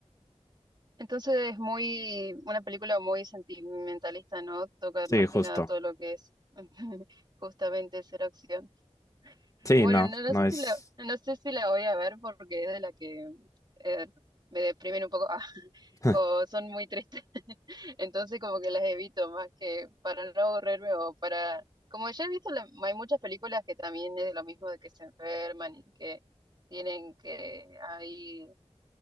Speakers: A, on the right (about 40°); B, on the left (about 30°).
A: Entonces es muy, una película muy sentimentalista, ¿no? Toca más
B: Sí, justo.
A: que nada todo lo que es <laughs> justamente ser acción.
B: Sí,
A: Bueno,
B: no,
A: no, no
B: no
A: sé
B: es.
A: si la, no sé si la voy a ver porque es de la que eh, me deprimen un poco, <laughs> ah,
B: <laughs>
A: o son muy tristes. <laughs> Entonces como que las evito más que para no aburrirme o para... Como ya he visto, la- hay muchas películas que también es de lo mismo, de que se enferman y que tienen que ahí